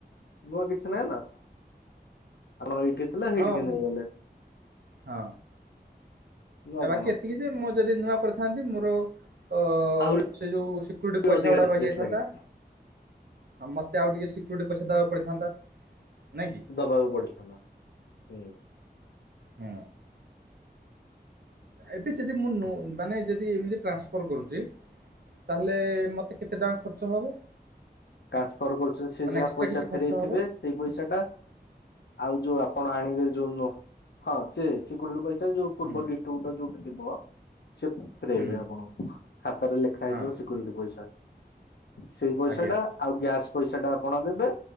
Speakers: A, on the left (about 80°); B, on the right (about 70°).
A: ନୂଆ କିଛି ନାହିଁ ନା ଆପଣଙ୍କ ଏଇଠି ଥିଲା ସେଇଠିକି
B: ହଁ ମ-
A: ନେଇ ଗଲେ।
B: ହଁ
A: ନୂଆ
B: ବାକି
A: କଣ
B: ଏତିକି ଯେ ମୁଁ ଯଦି ନୂଆ କରିଥାନ୍ତି ମୋର ତ
A: ଆହୁରି
B: ସେ ଯୋଉ ସିକ୍ୟୁରିଟି ପଇସା
A: ଅଧିକା
B: ଗୁଡ଼ା
A: ଚାର୍ଜେସ୍
B: ରହିଯାଇଥାନ୍ତା।
A: ଲାଗିଥାନ୍ତା
B: ହଁ ମତେ ଆଉ ଟିକେ ସି କ୍ୟୁରିଟି ପଇସା ଦବାକୁ ପଡିଥାନ୍ତା ନାଇଁ କି?
A: ଦବାକୁ ପଡିଥାନ୍ତା। ହୁଁ
B: ହୁଁ। ଏବେ ଯଦି ମୁଁ ନ ମାନେ ଯଦି ଏମିତି ଟ୍ରାନ୍ସଫର୍ କରୁଚି ତାହେଲେ ମତେ କେ ତେ ଟଙ୍କା ଖର୍ଚ୍ଚ ହେବ?
A: ଟ୍ରାନ୍ସଫର୍ କରୁଚ ସେ ଯାହା
B: ଏକ୍ସଟ୍ରା
A: ପଇସା
B: କିଛି
A: ଫେରେଇଥିବେ
B: ଖର୍ଚ୍ଚ ହବ?
A: ସେଇ ପଇସା ଟା। ଆଉ ଯୋଉ ଆପଣ ଆଣିବେ ଯୋଉ ନୂ ହଁ ସେ ସିକ୍ୟୁରିଟି ପଇସା ଯୋଉ ପୂର୍ବ
B: ହୁଁ
A: ଡିଟିବ୍ୟୁଟର ଯୋଉଟି ଥିବ ସିଏ ଫେରେଇବେ
B: ହୁଁ
A: ଆପଣଙ୍କୁ ଖାତାରେ ଲେଖା ହେଇଥିବ
B: ହଁ
A: ସିକ୍ୟୁରିଟି ପଇସା। ସେଇ ପଇସା
B: ଆଜ୍ଞା
A: ଟା ଆଉ ଗ୍ୟାସ ପଇସା ଟା ଆପଣ ଦେବେ